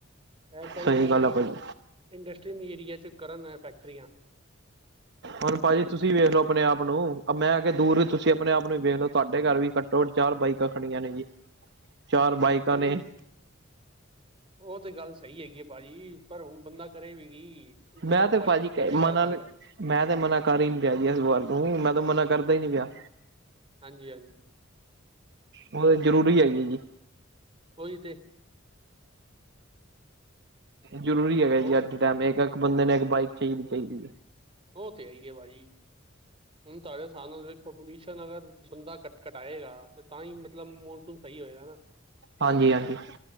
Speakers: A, on the right (about 30°); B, on the right (about 60°).
A: ਇਹ ਚਾਹੀਦਾ
B: ਸਹੀ
A: ਕਿ,
B: ਗੱਲ ਆ ਭਾਜੀ
A: ਇੰਡਸਟਰੀ ਏਰੀਏ 'ਚ ਕਰਨ ਇਹ ਫੈਕਟਰੀਆਂ
B: ਹੁਣ ਭਾਜੀ ਤੁਸੀਂ ਵੇਖ ਲੋ ਆਪਣੇ ਆਪ ਨੂੰ, ਮੈਂ ਕੇ ਦੂਰ ਵੀ ਤੁਸੀਂ ਆਪਣੇ ਆਪ ਨੂੰ ਵੇਖ ਲੋ ਤੁਹਾਡੇ ਘਰ ਵੀ ਦੋ, ਚਾਰ ਬਾਈਕਾਂ ਖੜੀਆਂ ਨੇ ਜੀ। ਚਾਰ ਬਾਈਕਾਂ
A: ਨਹੀਂ
B: ਨੇ,
A: ਆ ਉਹ ਤੇ ਗੱਲ ਸਹੀ ਹੈਗੀ ਹੈ ਭਾਜੀ, ਪਰ ਹੁਣ ਬੰਦਾ ਕਰੇ ਵੀ ਕੀ।
B: ਮੈਂ
A: ਬਿਨਾਂ
B: ਤੇ
A: ਬਾਈਕ
B: ਭਾਜੀ
A: ਤੋਂ ਕਿਵੇਂ
B: ਮਨਾ
A: ਰਹਿ ਸਕਦਾ?
B: ਮੈਂ ਤੇ ਮਨਾ ਕਰ ਹੀ ਨੀ ਰਿਹਾ ਆ ਜੀ, ਇਸ ਵੱਲ ਤੋ ਮੈਂ ਤਾਂ ਮਨਾ ਕਰਦਾ ਹੀ ਨੀ ਪਿਆ,
A: ਹਾਂਜੀ -ਹਾਂਜੀ
B: ਉਹ ਤਾਂ ਜ਼ਰੂਰੀ ਹੈਗੀ ਜੀ,
A: ਉਹੀ ਤੇ,
B: ਜ਼ਰੂਰੀ ਹੈਗਾ ਜੀ
A: ਉਹ
B: ਅੱਜ ਦੇ ਟਾਈਮ ਇੱਕ ਇੱਕ ਬੰਦੇ ਨੇਇੱਕ ਬਾਈਕ ਚਾਹੀਦੀ -ਚਾਹੀਦੀ ਐ,
A: ਉਹ ਤੇ ਹੈਈ ਹੈ ਬਾਈ, ਹੁਣ ਤੁਹਾਡੇ ਹਿਸਾਬ ਨਾਲ ਵੇਖ, ਪੋਲਿਊਸ਼ਨ ਅਗਰ ਬੰਦਾ ਕੱਟ -ਕਟਾਏਗਾ, ਤੇ ਤਾ ਈ ਮਤਲਬ ਮੌਨਸੂਨ ਸਹੀ ਹੋਏਗਾ ਹਨਾ,
B: ਹਾਂਜੀ ਹਾਂਜੀ